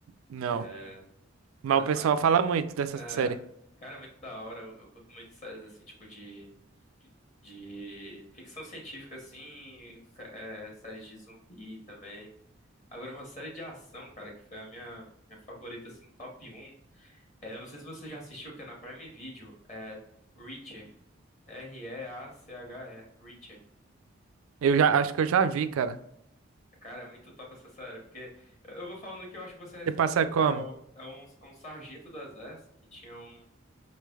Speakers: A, on the right (about 85°); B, on the left (about 35°).
A: Não.
B: É,
A: Mas
B: ca-
A: o pessoal
B: ma-
A: fala muito dessa
B: é,
A: série.
B: cara, é muito da hora. Eu, eu curto muito séries, assim, tipo de... de ficção científica, assim, fe- é, séries de zumbi também. Agora, uma série de ação, cara, que foi a minha, minha favorita, assim, top um. É, eu não sei se você já assistiu, que é na Prime Video, é Reacher. R-E-A-C-H-E, Reacher.
A: Eu já acho que eu já vi, cara.
B: Cara, é muito top essa série, porque eu eu vou falando que eu acho que você vai
A: Você
B: se
A: passa
B: lembrando,
A: como?
B: que é, o- é um, é um sargento do exército que tinha um